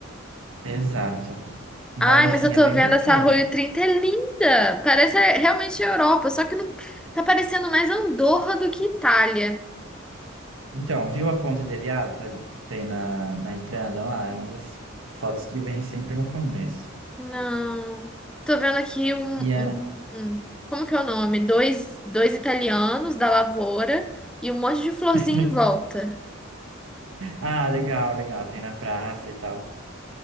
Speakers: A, on the right; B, in the centre.
A: Exato. Mas
B: Ai, mas
A: assim,
B: eu tô
A: é bem
B: vendo
A: bacana.
B: essa Arroio Trinta é linda. Parece é, realmente a Europa, só que não... tá parecendo mais Andorra do que Itália.
A: Então, viu a ponte de Rialto ali que tem na, na entrada lá? É uma das fotos que vem sempre no começo.
B: Não. Tô vendo aqui um,
A: E é...
B: um- como que é o nome? Dois, dois italianos da lavoura e um monte de florzinha
A: <laughs>
B: em volta.
A: Ah, legal, legal. Tem na praça e tal.